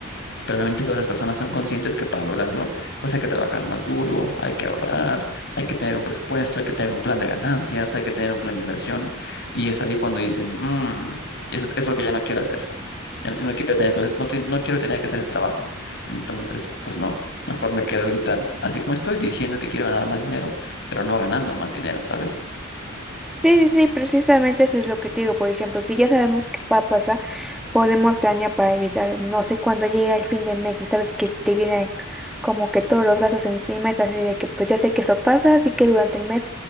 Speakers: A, on the left (about 55°); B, in the centre.
A: Pero obviamente todas esas personas son conscientes que para lograrlo, pues hay que trabajar más duro, hay que ahorrar, hay que tener un presupuesto, hay que tener un plan de ganancias, hay que tener un plan de inversión. Y es ahí cuando dicen, "Mm, eso es lo que ya no quiero hacer. Ya no, no quiero tener, todo- no, te- no quiero tener que hacer ese trabajo. Entonces, pues no, mejor me quedo ahorita así como estoy, diciendo que quiero ganar más dinero, pero no ganando más dinero, ¿sabes?
B: sí, sí, sí, precisamente eso es lo que te digo. Por ejemplo, si ya sabemos qué va a pasar, podemos planear para evitar, no sé, cuando llega el fin de mes y sabes que te vienen como que todos los gastos encima, es así de que pues ya sé que eso pasa, así que durante el mes